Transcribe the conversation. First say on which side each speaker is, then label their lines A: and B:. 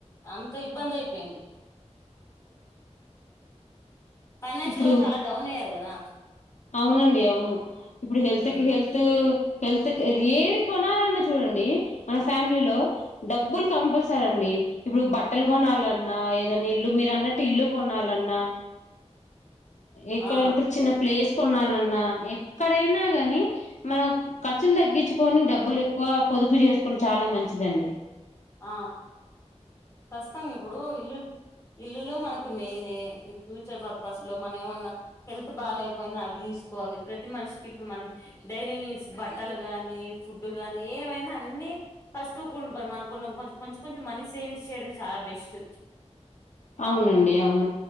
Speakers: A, on the left; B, on the left.
A: అంత ఇబ్బంది అయిపోయింది ఫైనాన్షియల్
B: ఇప్పుడు
A: గా చాలా డౌన్ అయ్యారు కదా
B: అవునండి అవును ఇప్పుడు హెల్త్
A: హ్మ్.
B: కి హెల్త్ హెల్త్ ఏది కొనాలన్నా చూడండి మన ఫ్యామిలీలో డబ్బులు కంపల్సర అండి ఇప్పుడు బట్టలు కొనాలన్నా ఏదైనా ఇల్లు మీరు అన్నట్టు ఇల్లు కొనాలన్నా ఎక్కడ
A: ఆ
B: నిప చిన్న ప్లేస్ కోనాలన్నా ఎక్కడైనా గాని మనం ఖర్చులు తగ్గించుకొని డబ్బులు ఎక్కువ పొదుపు చేసుకొని చాలా మంచిదండి
A: ఆ కష్టంగా ఇప్పుడు ఇల్లు ఇల్లులు మనక్ మెయిన్ ఈ ఫ్యూచర్ పర్పస్ లో మన ఏమన్నా హెల్త్ బాగాకపోయినా అవి తీసుకోవాలి ప్రతి మనిషికి ఇప్పుడు మనకి డైరీ వేర్ బట్టలు గానీ ఫుడ్ గాని ఏమైనా అన్ని కస్తుంట మనకు కొం కొంచెం కొంచెం మనీ సేవింగ్స్ చేయడం చాలా బెస్ట్
B: అవునండి అవును